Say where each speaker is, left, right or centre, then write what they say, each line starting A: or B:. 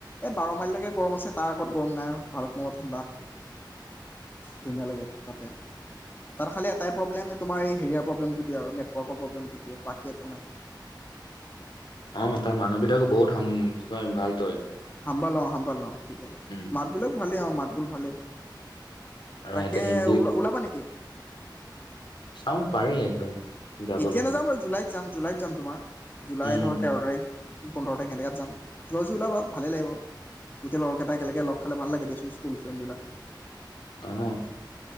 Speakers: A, on the left; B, on the left.
A: এই বাৰ মাইলৰ লৈকে গৰম আছে তাৰ আগত গৰম নাই আৰু ভালুকপোঙত ঠাণ্ডা, ধুনীয়া লাগে তাতে, তাত খালি এটাই প্ৰব্লেম, তোমাৰ এই হেৰিয়াৰ প্ৰব্লেমটো দিয়ে আৰু নেটৱৰ্কৰ প্ৰব্লেমটো। টো দিয়ে, বাকী একো নাই।
B: অ' তাৰ মানুহ বিলাকো বহুত, কি কয় ভাল।
A: হাম্ভাল অ', হাম্ভাল অ', ঠিকেই
B: উম
A: মাত বোলত ভালেই অঁ মাত বোল ভালে
B: আৰু
A: তাকেই,
B: সিহঁতে হিন্দী
A: ওলাবা নেকি?
B: অ' পাৰি একদম। যাবলৈ
A: এতিয়া, নাযাওঁ বাৰু জুলাইত যাম, জুলাইত যাম, তোমাৰ। জুলাই,
B: উম
A: ধৰ তেৰ তাৰিখ পোন্ধৰ তাৰিখে এনেকাত যায়, যোৱা যদি ওলাবা, ভালেই লাগে বাৰু গোটেই লগৰকেইটাই একেলগে লগ খালে ভাল লাগে দিয়াচোন, স্কুল ফ্ৰেণ্ডবিলাক।
B: অ'